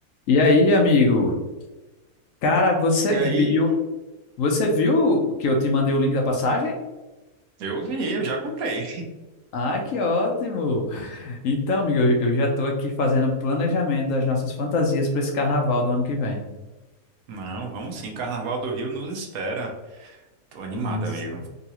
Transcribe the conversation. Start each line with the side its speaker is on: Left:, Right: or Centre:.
Left: E aí, amigo? Cara, você
Right: E
Left: viu?
Right: aí,
Left: Você viu que eu te mandei o link da passagem?
Right: eu vi, eu já comprei.
Left: Ai, que ótimo! Então, amigo, eu eu já tô aqui fazendo planejamento das nossas fantasias para esse carnaval do ano que vem.
Right: Não, vamos sim, Carnaval do Rio nos espera. Tô animado,
Left: Mas
Right: amigo.